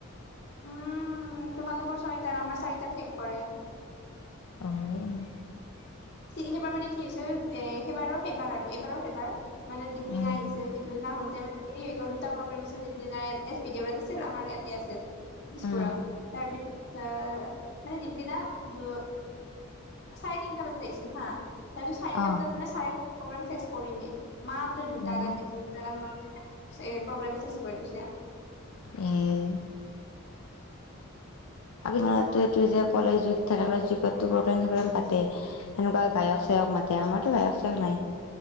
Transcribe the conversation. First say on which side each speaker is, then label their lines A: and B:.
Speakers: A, on the left; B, on the left.
A: উম তোমালোকৰ চয়টাৰ আমাৰ চাৰিটাাত শেষ কৰে।
B: অহ।
A: চি সেইবাৰ মানে কি হৈছিল এ সেইবাৰৰ সেইবাৰ আৰু এইবাৰৰ সেইবাৰ। মানে দিপলিনা
B: উম,
A: আহিছিল দিপলিনা শুন। তেতিয়া মানে হেৰি হৈ গ'ল দুটা প্ৰগ্ৰেম আছিল দিপলিনা এছ দেত আছিল আমাৰ ইয়াতে আছিল। দিছপুৰত,
B: উম,
A: তাৰপিছত আহ মানে দিপলিনা দু। চাৰে তিনিটা বজাত আহিছিলো হা, তাৰপিছত চাৰিটা
B: অ'।
A: বজাত মানে চাৰে প্ৰেগেম চেছ কৰিমে। মাত্ৰ দুটা
B: অ'।
A: গান গৈছে দুটা গান প্ৰগ্ৰেম চেজ কৰি দিছে।
B: উম আমাৰ এইটোয়ে যে। কলে যুগ থাকে কলে যুগতো প্ৰগ্ৰলেম চগ্ৰলেম পাতে সেনেকুৱা গায়ক চায়ক মাতে আমাৰতো গায়ক চক নাই